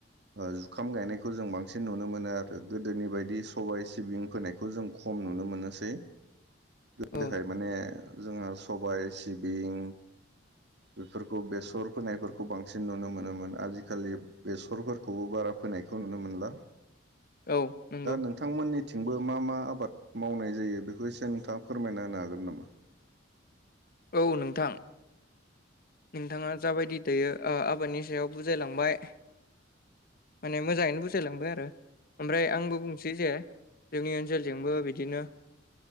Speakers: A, on the right; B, on the left.
A: जुखाम गायनायखौ जों बांसिन नुनो मोनो आरो गोदोनि बायदि सबायाइ सिबिं फोनायखौ बे खौ जों खम नुनो मोननोसै गोदोहाय
B: औ
A: माने जोंहा सबाय सिबिं बेफोरखौ बेसर फोनायफोरखौ बांसिन नुनो मोनोमोन आजिखालि बेसरफोरखौबो बारा फोनायखौ नुनो मोनला
B: औ नंगौ
A: दा नों नोंथांमोननिथिंबो मा मा आबाद मावनाय जायो बेखौ एसे नोंथाङा फोरमायना होनो हागोन नामा
B: औ नोंथां नोंथाङा जाबायदि दैायो आबादनि सायाव बुजायलांबाय माने मोजाङैनो बुजायलांबाय आरो ओमफ्राय आंबो बुंसै जे जोंनि ओनसोलजोंबो बिदिनो